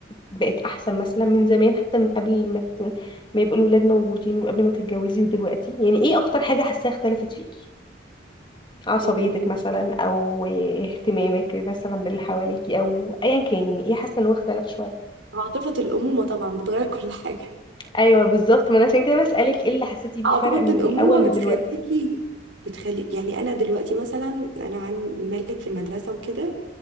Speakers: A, on the left; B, on the right.
A: بقت احسن مثلا من زمان حتى من قبل ما ت... ما يبقوا الولاد موجودين وقبل ما تتجوزي ودلوقتي يعني ايه اكتر حاجه حاساها اختلفت فيكي عصبيتك
B: م-
A: مثلا او اهتمامك مثلا باللي حواليكي او ايا كان يعني ايه حاسه ان هو اختلف شويه
B: عاطفه الامومه طبعا بتغير <laughs> كل حاجه
A: ايوه بالظبط ما انا عشان كده بسالك ايه اللي حسيتي بيه
B: عاطفه
A: فرق من
B: الامومه
A: الاول لدلوقتي
B: بتخليكي بتخليك يعني انا دلوقتي مثلا انا عن ملك في المدرسه وكده